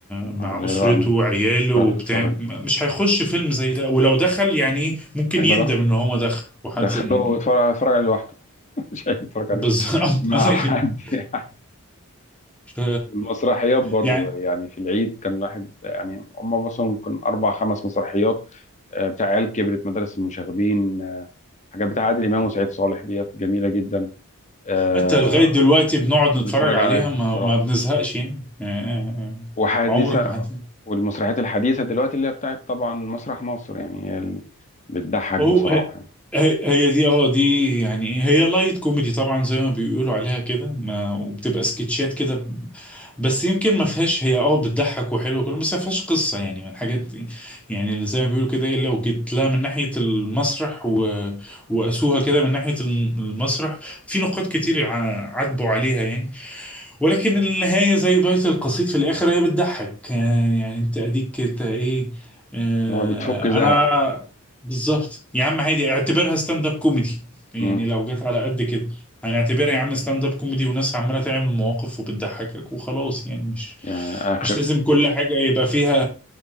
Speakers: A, in the centre; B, on the left (about 35°).
A: مع
B: مع ولاده
A: اسرته
B: قاعد بيتفرج
A: وعياله وبتاع
B: اتفرج
A: م- مش هيخش فيلم زي ده ولو دخل يعني ايه ممكن
B: هيبقى
A: يندم
B: لا
A: ان هو دخل وحد
B: دخله
A: زي يعني
B: يتفرج يتفرج عليه لوحده <laughs> مش هيتفرج
A: بالظبط
B: عليه مع
A: <laughs>
B: حد
A: أيوة.
B: يعني.
A: ف
B: المسرحيات برضو
A: يعني
B: يعني في العيد كان الواحد يعني هم مثلا ممكن اربع خمس مسرحيات آه، بتاع عيال كبرت مدارس المشاغبين آه، حاجات بتاع عادل امام وسعيد صالح ديت جميله جدا آه،
A: حتى لغاية دلوقتي بنقعد نتفرج
B: بتفرج
A: عليها
B: عليها
A: ما,
B: بصراحه
A: ما بنزهقش يعني آه، آه،
B: وحديثة
A: آه. عمرك ما حد
B: والمسرحيات الحديثة دلوقتي اللي هي بتاعت طبعا مسرح مصر يعني هي اللي بتضحك
A: هو
B: بصراحة يعني
A: هي هي دي اه دي يعني ايه هي لايت كوميدي طبعا زي ما بيقولوا عليها كده ما وبتبقى سكتشات كده ب- بس يمكن ما فيهاش هي اه بتضحك وحلوه كله بس ما فيهاش قصه يعني من الحاجات دي يعني اللي زي ما بيقولوا كده ايه لو جيت لها من ناحيه المسرح و... وقاسوها كده من ناحيه الم- المسرح في نقاط كتير ع- عاتبوا عليها يعني ولكن النهاية زي بيت القصيد في الآخر هي بتضحك يعني يعني أنت أديك كده إيه آه
B: هو بتفك زهق
A: أنا بالظبط يا عم عادي اعتبرها ستاند أب كوميدي يعني
B: مم.
A: لو جت على قد كده هنعتبرها يا عم ستاند أب كوميدي وناس عمالة تعمل مواقف وبتضحكك وخلاص يعني مش
B: يعني آخر
A: مش لازم كل حاجة يبقى فيها